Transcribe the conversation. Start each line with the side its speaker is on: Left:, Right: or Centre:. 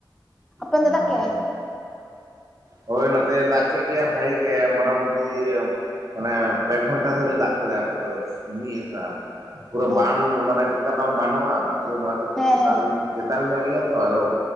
Centre: ᱟᱯᱮ ᱚᱱᱛᱮ
Right: ᱦᱮᱸ
Centre: ᱫᱟᱜ ᱠᱮᱜ-ᱟᱭ?
Right: ᱦᱳᱭ ᱱᱚᱛᱮ ᱫᱟᱜ ᱠᱮᱜ ᱜᱮᱭᱟ᱾ ᱵᱷᱟᱹᱜᱤ ᱜᱮ ᱢᱚᱴᱟᱢᱩᱴᱤ ᱢᱟᱱᱮ ᱯᱮ ᱜᱷᱽᱚᱱᱴᱟ ᱫᱷᱚᱨᱮ ᱫᱟᱜ ᱠᱮᱫᱟᱭ᱾ ᱯᱩᱨᱟᱹ ᱢᱤᱫ ᱮᱥᱟ᱾ ᱯᱩᱨᱟᱹ
Centre: ᱚ
Right: ᱵᱟᱱ ᱢᱟᱱᱮ ᱪᱮᱫᱠᱟ ᱵᱟᱝ ᱵᱟᱱᱚᱜᱼᱟ᱾ ᱟᱫᱚ ᱱᱚᱣᱟ ᱫᱚ ᱠᱟᱹᱡ
Centre: ᱦᱮᱸ
Right: ᱪᱮᱛᱟᱱ
Centre: ᱦᱮᱸ
Right: ᱪᱮᱛᱟᱱ ᱧᱚᱜ ᱜᱮᱭᱟ ᱛᱚ᱾ ᱟᱫᱚ